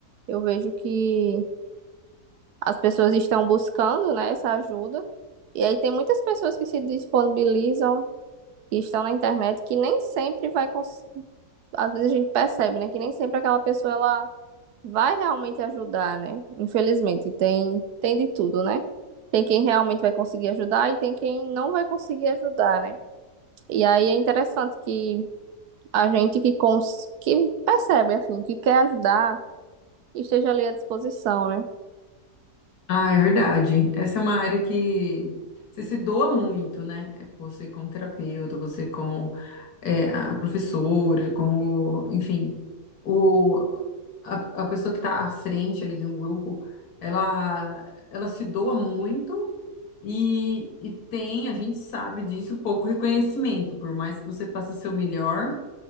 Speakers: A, on the right; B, on the left.
A: Eu vejo que as pessoas estão buscando, né, essa ajuda. E aí tem muitas pessoas que se disponibilizam que estão na internet que nem sempre vai, cons- às vezes a gente percebe, né, que nem sempre aquela pessoa ela vai realmente ajudar, né? Infelizmente, tem tem de tudo, né? Tem quem realmente vai conseguir ajudar e tem quem não vai conseguir ajudar, né? E aí é interessante que a gente que cons que percebe assim, que quer ajudar, esteja ali à disposição, né?
B: Ah, é verdade. Essa é uma área que você se doa muito, né? É Você como terapeuta, você como é, a professora, como, enfim, o, a, a pessoa que está à frente ali de um grupo, ela, ela se doa muito e, e tem, a gente sabe disso, pouco reconhecimento. Por mais que você faça seu melhor,